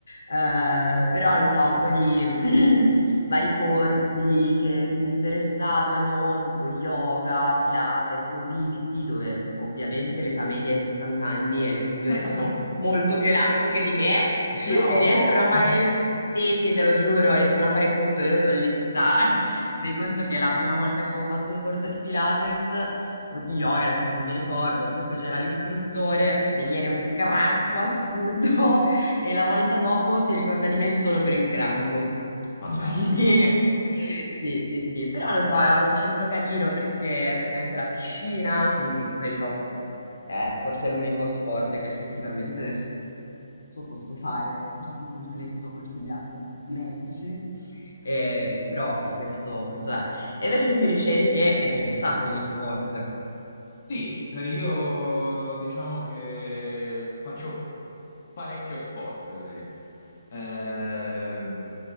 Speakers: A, on the left; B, on the left.
A: eh, però non so, un po' di... <clears throat> vari corsi che, che mi interessavano, tipo yoga, Pilates, mobility, dove ovviamente l'età media è 70 anni e le signore
B: <laughs>
A: sono molto più elastiche di me <laughs>
B: No!
A: e riescono a fare... Sì, sì, te lo giuro, riescono a fare tutto. Io sono lì tutta... <laughs> Fai conto che la prima volta che avevo fatto un corso di Pilates o di yoga, adesso non mi ricordo, comunque c'era l'istruttore, mi viene un crampo assurdo e la volta dopo si ricorda di me solo per il crampo.
B: Fantastico.
A: Quindi <laughs> sì, sì, sì, però lo so, è un centro carino perché, perché anche la piscina, quindi quello appunto è forse l'unico sport che effettivamente adesso posso fare un po' più completo, consigliato da tutti i medici. Eh, però sì, questo, questo è. E invece tu mi dicevi che ne fai un sacco di sport.
B: Sì, eh, io diciamo che faccio parecchio sport, sì. Eh,